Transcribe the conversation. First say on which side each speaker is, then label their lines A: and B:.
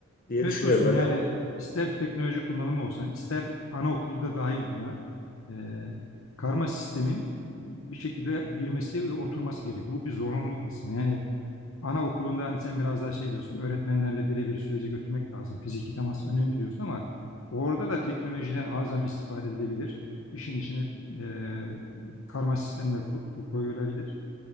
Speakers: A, on the left; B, on the left.
A: diye
B: Evet
A: düşünüyorum
B: dostum
A: ben
B: yani
A: de.
B: ister teknoloji kullanımı olsun, yani ister anaokulda dahil buna e, karma sistemin bir şekilde girmesi ve oturması gerekiyor. Bu bir zorunluluk aslında. Yani anaokulunda hani sen biraz daha şey diyorsun, öğretmenlerle birebir süreci götürmek lazım. Fiziki temas önemli diyorsun ama orada da teknolojiden azami istifade edilebilir. İşin içine e, karma sistemler ko- ko- koyulabilir.